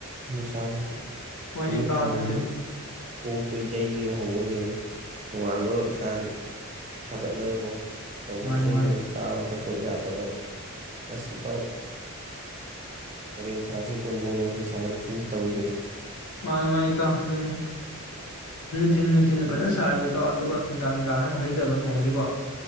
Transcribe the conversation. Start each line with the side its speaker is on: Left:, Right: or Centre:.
Right: ꯆ ꯁꯥꯁꯤ
Left: ꯍꯣꯏꯅꯦ
Right: ꯄꯨ
Left: ꯏꯇꯥꯎ
Right: ꯇꯥꯉꯝꯗ
Left: ꯑꯗꯨꯅꯦ
Right: ꯀꯣꯛꯇꯔꯤ ꯆꯩꯔꯦꯕ ꯍꯧꯕꯗꯤ ꯑꯗꯨꯝ ꯇꯣꯉꯥꯟꯕ ꯏꯁꯥꯁꯦ ꯁꯥꯒꯠꯂꯒꯀꯣ ꯇꯧꯐꯝ
Left: ꯃꯥꯅꯤ
Right: ꯈꯪꯗꯕ
Left: ꯃꯥꯅꯤ
Right: ꯆꯥꯕ ꯊꯛꯄ ꯌꯥꯗꯕ ꯑꯁ ꯇ ꯀ ꯊꯁꯤꯦꯣꯟ ꯅꯧ ꯋꯥ ꯁꯒꯥꯏ ꯂ ꯄ ꯇꯧꯕ
Left: ꯃꯥꯅꯤ ꯃꯥꯅꯤ ꯇ ꯑꯗꯨꯅꯤ ꯊꯤꯟꯅ ꯊꯤꯟꯅ ꯐꯖꯅ ꯁꯥꯔꯤꯕꯩ ꯇꯧ ꯑꯗꯨꯒ ꯅꯨꯡꯗꯥꯡ ꯅꯨꯡꯗꯥꯡ ꯑꯃꯨꯛ ꯍꯩꯇꯕ ꯅꯣꯡꯁꯤꯀꯣ